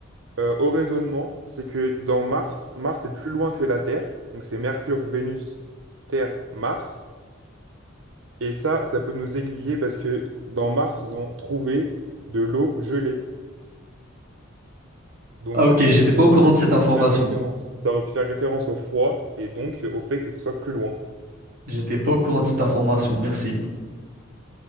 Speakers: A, on the right; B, on the right.
A: euh, au raisonnement, c'est que dans Mars, Mars est plus loin que la Terre. Donc c'est Mercure, Vénus, Terre, Mars. Et ça, ça peut nous aiguiller parce que dans Mars, ils ont trouvé de l'eau gelée. Donc
B: Ah ok,
A: euh,
B: j'étais
A: ça
B: pas au
A: aurait
B: courant
A: pu
B: de cette information.
A: faire référence, ça aurait pu faire référence au froid et donc euh, au fait que ce soit plus loin.
B: J'étais pas au courant de cette information, merci.